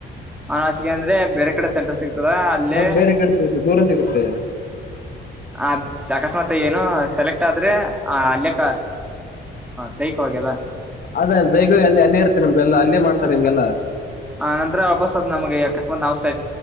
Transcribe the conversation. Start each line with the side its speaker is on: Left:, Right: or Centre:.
Centre: ಆಚೆಗೆ ಅಂದ್ರೆ ಬೇರೆ ಕಡೆ ಸೆಂಟರ್ ಸಿಗುತ್ತ ಆಚೆ
Left: ನಮ್ ಬೇರೆ ಕಡೆ ಸಿಗುತ್ತೆ ದೂರ ಸಿಗುತ್ತೆ
Centre: ಆ ಅಕಸ್ಮಾತ್ ಏನೋ ಸೆಲೆಕ್ಟ್ ಆದರೆ ಅಲ್ಲೇ ಸೈಕೋ ಏನೋ
Left: ಅದೇ ಬೇಗ ಅಲ್ಲಿ ಅಲ್ಲೇ ಇರ್ತೆ ನಿಮ್ಗೆಲ್ಲ ಅಲ್ಲೇ ಮಾಡ್ತಾರೆ ನಿಮ್ಗೆಲ್ಲ
Centre: ಆ ನಂತರ ವಾಪಸ್ ನಮ್ಗೆ ಅಕಸ್ಮಾತ್ ನಾವು ಸ